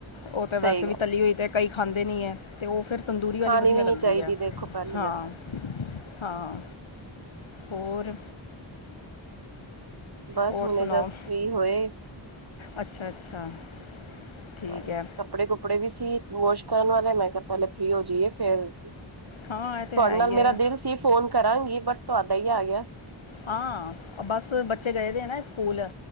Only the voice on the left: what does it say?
ਓਹ ਤਾਂ ਵੈਸੇ
ਵੀ
ਤਲੀ ਹੋਈ ਤਾਂ ਕਈ ਖਾਂਦੇ ਨਹੀਂ ਹੈ। ਤੇ ਉਹ ਫੇਰ ਤੰਦੂਰੀ ਵਾਲੀ
ਵਧੀਆ
ਲੱਗਦੀ
ਹੈ।
ਹਾਂ,
ਹਾਂ ਹੋਰ
ਹੋਰ
ਸੁਣਾਓ?
ਅੱਛਾ, ਅੱਛਾ। ਠੀਕ
ਹੈ
ਹਾਂ ਇਹ ਤੇ ਹੈ ਹੀ
ਹੈ
ਹਾਂ ਬਸ ਬੱਚੇ ਗਏ ਦੇ ਹੈ ਨਾ ਸਕੂਲ,